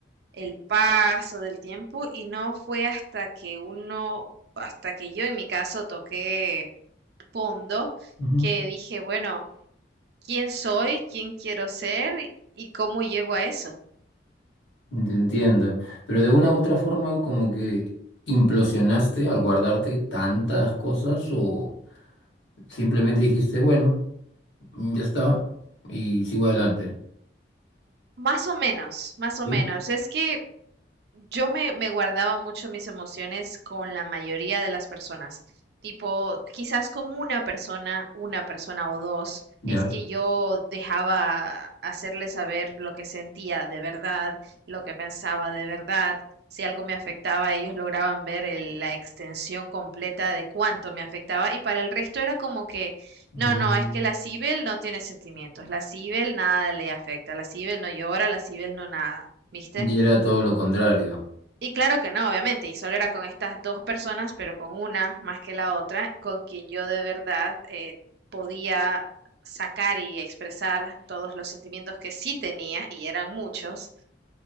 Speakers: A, on the right; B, on the left.
A: el paso del tiempo y no fue hasta que uno, hasta que yo en mi caso toqué fondo,
B: Ujú.
A: que dije, bueno, quién soy, quién quiero ser y cómo llego a eso.
B: Te Entiendo. Pero de una u otra forma, como que implosionaste al guardarte tantas cosas o simplemente dijiste, bueno, mm, ya está y sigo adelante.
A: Más o menos, más o
B: Sí,
A: menos. Es que yo me, me guardaba mucho mis emociones con la mayoría de las personas. Tipo, quizás con una persona, una persona o dos,
B: ya.
A: es que yo dejaba hacerle saber lo que sentía de verdad, lo que pensaba de verdad. Si algo me afectaba, ellos lograban ver el- la extensión completa de cuánto me afectaba. Y para el resto era como que,
B: Mm,
A: no, no, es que la Cibel no tiene sentimientos. La Cibel nada le afecta. La Cibel no llora, la Cibel no nada. ¿Viste?
B: Y era todo lo contrario.
A: Y claro que no, obviamente, y solo era con estas dos personas, pero con una más que la otra, con quien yo de verdad eh, podía sacar y expresar todos los sentimientos que sí tenía, y eran muchos,